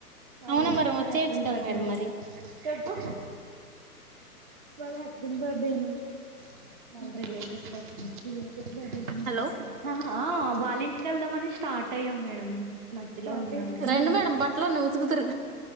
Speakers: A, on the right; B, on the right.
A: వాళ్ళ
B: అవునా
A: ఇంట్లో
B: మరి
A: వాళ్ళ
B: వచ్చేయచ్చు
A: హస్బెండ్
B: కదా
A: బర్త్డే
B: మేడం
A: అంట
B: మరి
A: చెప్పు వాళ్ళ హస్బెండ్ బర్త్డేనా వాళ్ళ రిలేటివ్స్ వచ్చారు
B: హలో
A: హా వాళ్ళ ఇంట్ కి వెళ్దాం అని స్టార్ట్ యం మేడం మధ్యలో అ పార్టీ ఇస్తామన్నారు.
B: రండి మేడం బట్టలోనే ఉతుకుతురు